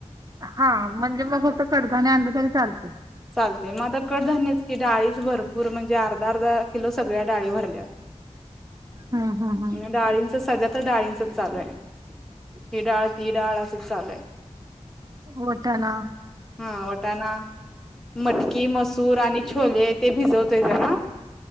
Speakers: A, on the right (about 30°); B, in the centre.
A: हा म्हणजे मग फक्त कडदाने आणले तरी चालतेय.
B: चालते मग आता कडधान्य की डाळीच भरपूर म्हणजे अर्धा अर्धा किलो सगळ्या डाळी भरल्यात.
A: हम्म हम्म
B: डाळींच सध्या तर डाळींचच चालूय ही डाळ ती डाळ असंच चालूय हाय.
A: वठ ना.
B: हा वटाणा मटकी मसूर आणि छोले ते भिजवत येत घरात.